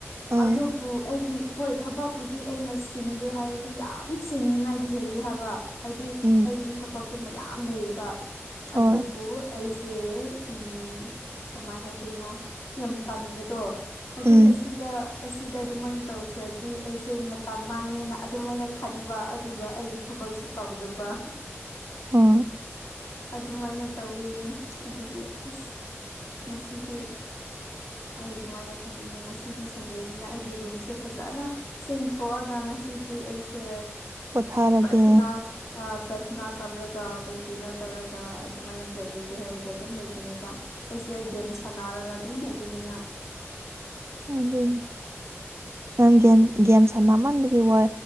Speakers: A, on the right; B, on the left.
A: ꯑꯥ
B: ꯑꯗꯨꯕꯨ ꯑꯩꯒꯤ ꯍꯣꯏ ꯊꯕꯛꯄꯨꯗꯤ ꯑꯩꯅ ꯁꯤꯟꯒꯦ ꯍꯥꯏꯔꯗꯤ ꯌꯥꯝ ꯆꯅꯤꯡꯉꯥꯏꯗꯤ ꯂꯩꯌꯦ ꯍꯥꯏꯕ ꯍꯥꯏꯗꯤ
A: ꯎꯝ
B: ꯑꯩꯒꯤ ꯊꯕꯛꯇꯨ ꯃꯌꯥꯝ ꯂꯩꯌꯦꯕ
A: ꯍꯣꯏ
B: ꯑꯗꯨꯕꯨ ꯑꯩꯁꯦ ꯎꯝ ꯀꯃꯥꯏ ꯍꯥꯏꯗꯣꯏꯅꯣ ꯌꯥꯝ ꯇꯟꯕꯗꯣ ꯍꯥꯏꯗꯤ
A: ꯎꯝ
B: ꯑꯁꯤꯗ ꯑꯁꯤꯗ ꯑꯗꯨꯃꯥꯏꯅ ꯇꯧꯈ꯭ꯔꯗꯤ ꯑꯩꯁꯦ ꯃꯇꯥꯝ ꯃꯥꯡꯉꯦꯅ ꯑꯗꯨꯃꯥꯏꯅ ꯈꯟꯕ ꯑꯗꯨꯒ ꯑꯩꯒꯤ ꯊꯕꯛ ꯊꯕꯛꯁꯨ ꯇꯧꯗꯕ
A: ꯍꯣꯏ
B: ꯑꯗꯨꯃꯥꯏꯅ ꯇꯧꯋꯤꯅꯤ ꯑꯗꯨꯒꯤ ꯑꯁ ꯉꯁꯤꯗꯤ
A: <inaudible>
B: ꯑꯩ ꯑꯗꯨꯃꯥꯏꯅ ꯈꯟꯕꯅꯤꯅ ꯉꯁꯤꯗꯤ ꯁꯟꯗꯦꯅꯤꯅ ꯑꯩꯒꯤ ꯔꯨꯝꯁꯦ ꯐꯖꯅ ꯁꯦꯡꯊꯣꯛꯑꯒ ꯉꯁꯤ ꯗꯤ ꯑꯩꯁꯦ
A: ꯄꯣꯊꯥꯔꯒꯦ
B: ꯄ꯭ꯔꯥꯊꯅꯥ ꯑꯥ ꯄ꯭ꯔꯊꯅꯥ ꯇꯧꯔꯒ ꯀꯩ ꯀꯩꯅꯣ ꯇꯧꯔꯒ ꯑꯗꯨꯃꯥꯏꯅ ꯂꯩꯔꯒꯦ ꯍꯥꯏꯔꯒ ꯑꯗꯨꯝ ꯂꯩꯕꯅꯦꯕ ꯑꯩꯁꯦ ꯒꯦꯝ ꯁꯥꯟꯅꯔꯒ ꯑꯗꯨꯝ ꯂꯩꯕꯅꯤꯅ
A: ꯑꯗꯨꯅꯦ ꯅꯪꯦꯝ ꯒꯦꯝ ꯁꯅꯃꯟꯕꯒꯤ ꯋꯥ